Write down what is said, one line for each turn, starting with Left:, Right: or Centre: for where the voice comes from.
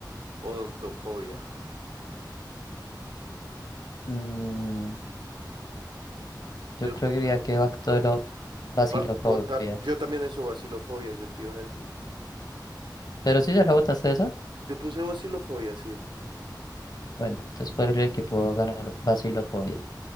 Right: odontofobia?
Left: mm,
Right: Yo
Left: Yo creo que diría que Bactolo, Bacilofobia.
Right: Va- bota- yo también eso, vacilofobia, yo te iba a decir.
Left: Pero si ya la votaste esa,
Right: Yo puse vacilofobia, sí.
Left: bueno, entonces por el equipo va a ganar Bacilofobia.